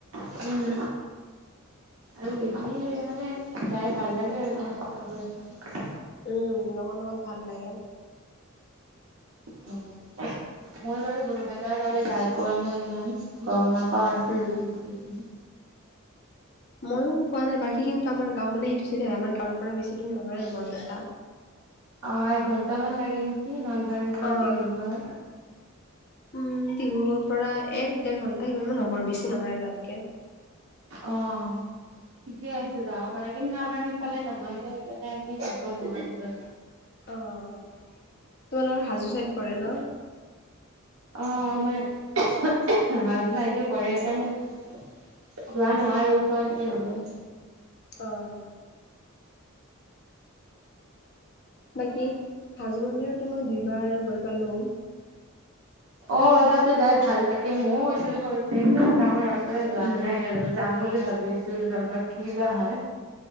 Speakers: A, on the right; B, on the left.
A: উম, আৰু বেছি মানে গাই ভাল লাগে আৰু তেওঁ আগৰ <unintelligible>
B: উম লগৰ লগত ভাল লাগে।
A: উম হোম। মই বাৰু <unintelligible> ফালে যাই পোৱা নাই ইমান গম নাপাওঁ আৰু
B: উম
A: কি
B: ময়ো পোৱা নাই বাকী কিন্তু আমাৰ গাঁও মানে সেইটো চাইডে হয় আমাৰ গাঁৱৰ পৰা বেছি দূৰ নহয় আৰু বৰপেটা।
A: অঁ এক ঘন্টামান লাগে নেকি নলবাৰীৰ পৰা
B: অ
A: টিহুৰ পৰা।
B: উম টিহুৰ পৰা এক দেৰ ঘণ্টা সিমান মান হ'ব আৰু বেছি নহয় আৰু তাতকে।
A: অঁ। ঠিকে আছে যাব পাৰা। কিন্তু আমাৰ সেইফালে নহয় সেইকাৰণে আমি যাব নোৱাৰোঁ।
B: অঁ, তোমালোকৰ হাজো চাইড পৰে ন?
A: অঁ আমাৰ, উমহ উমহ, হাজো চাইডে পৰে সেইকাৰণে যোৱা নহয় আৰু ওচৰতে হৈ যায়।
B: অঁ। বাকী হাজো মন্দিৰতো মই দুইবাৰ গৈ পালোঁ।
A: অঁ তাতে যায় ভাল লাগে ময়ো গৈছিলো সৰুতে এতিয়া ডাঙৰ হোৱাৰ পৰা যোৱা
B: উম,
A: নাই আৰু। যাম বুলি ভাবি আছিলোঁ তাপা কি বা হয়।